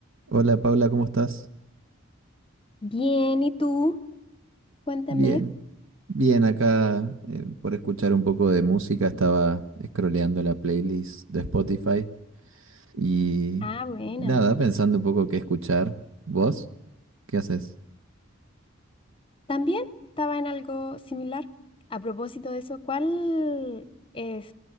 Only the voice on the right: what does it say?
Hola Paula, ¿cómo estás?
Bien, bien acá eh, por escuchar un poco de música, estaba scrolleando la playlist de Spotify y
nada, pensando un poco qué escuchar. ¿Vos? ¿Qué haces?